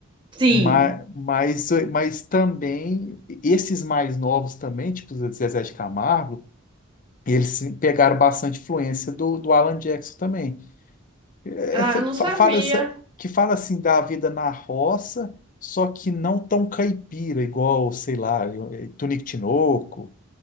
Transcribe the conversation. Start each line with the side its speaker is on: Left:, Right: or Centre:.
Right: Sim.
Left: Mas, mas, mas também, esses mais novos também, tipo o Zezé de Camargo, eles se- pegaram bastante influência do, do Alan Jackson também essa,
Right: Ah, não
Left: fa-
Right: sabia.
Left: fala essa, que fala assim da vida na roça, só que não tão caipira, igual, sei lá, eu- eh, Tunico Tinoco,